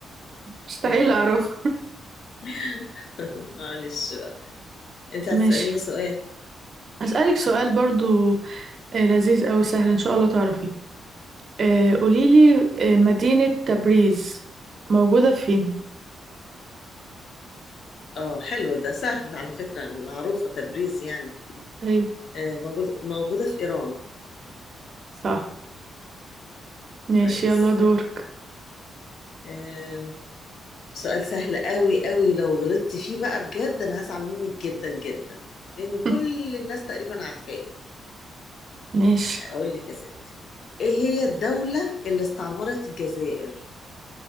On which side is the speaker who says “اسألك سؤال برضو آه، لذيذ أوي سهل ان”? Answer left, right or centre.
Right